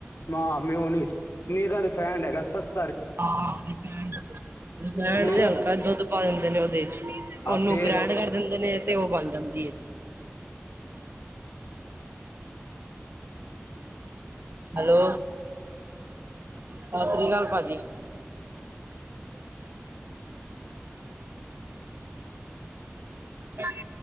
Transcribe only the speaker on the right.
ਹਾਂ, ਰੀਫੈਂਡ। ਰਿਫੈਂਡ
ਤੇ ਹਲਕਾ ਦੁੱਧ ਪਾ ਦਿੰਦੇ ਨੇ ਓਦੇ 'ਚ
ਓਨੂੰ
ਗ੍ਰੈਂਡ ਕਰ ਦਿੰਦੇ। ਤੇ ਨੇ ਤੇ ਓ ਬਣ ਜਾਂਦੀ ਏ। ਹੈਲੋ ਸਾਸਰੀਸਕਾਲ ਭਾਜੀ ਜੀ। <unintelligible> <unintelligible>